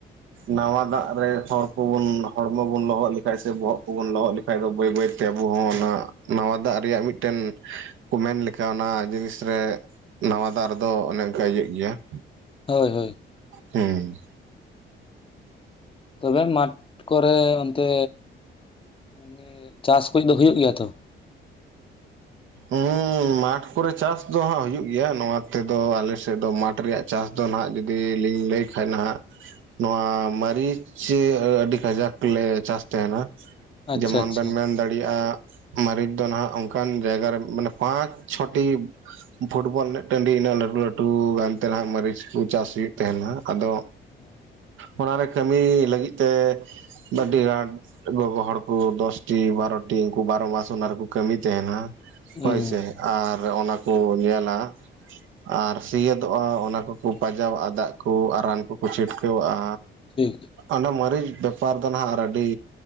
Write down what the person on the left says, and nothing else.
ᱦᱳᱭ ᱦᱳᱭ ᱾
ᱛᱚᱵᱮ ᱢᱟᱴ ᱠᱚᱨᱮ ᱚᱱᱛᱮ ᱮᱸᱻ ᱪᱟᱥ ᱠᱚ ᱫᱚ ᱦᱩᱭᱩᱜ ᱜᱮᱭᱟ ᱛᱚ ᱾
ᱟᱪᱪᱷᱟ
ᱟᱪᱪᱷᱟ
ᱚ
ᱦᱩᱸ
ᱴᱷᱤᱠ